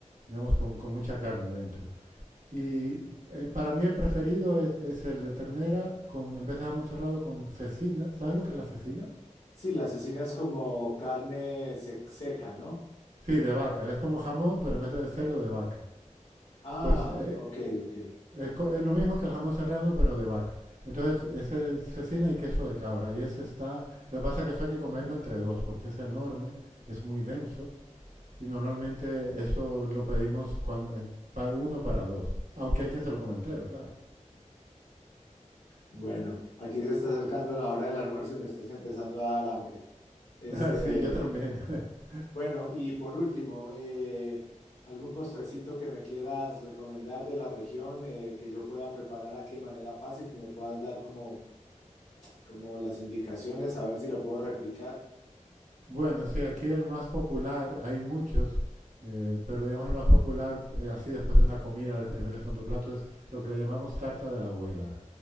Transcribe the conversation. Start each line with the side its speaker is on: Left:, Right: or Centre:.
Right: digamos, con, con, mucha carne dentro. Y eh, para mí el preferido es, es, el de ternera, con, en vez de jamón serrado, con cecina. ¿Sabes lo que es la cecina?
Left: Sí, la cecina es como carne sec- seca, ¿no?
Right: Sí, de vaca. Es como jamón, pero en vez de cerdo, de vaca.
Left: Ah,
Right: Pues eh,
Left: ok, ok.
Right: Es, co- es lo mismo que el jamón serrano, pero de vaca. Entonces, ese es cecina y queso de cabra. Y ese está. Lo que pasa es que eso hay que comerlo entre dos, porque es enorme, es muy denso. Y normalmente eso lo pedimos cuan- en- pa- uno para dos. Aunque hay quien se lo come entero, claro.
Left: Bueno, aquí se está acercando la hora del almuerzo y me estás empezando a dar hambre.
Right: <laughs>
Left: Este,
Right: Ah, Sí, yo también. <laughs>
Left: bueno, y por último, eh, ¿algún postrecito que me quieras recomendar de la región eh, que yo pueda preparar aquí de manera fácil, que me puedas dar como, como las indicaciones, a ver si lo puedo replicar?
Right: Bueno, sí, aquí el más popular, hay muchos, eh, pero digamos el más popular, eh, así después de una comida de primer y segundo plato, es lo que le llamamos tarta de la abuela,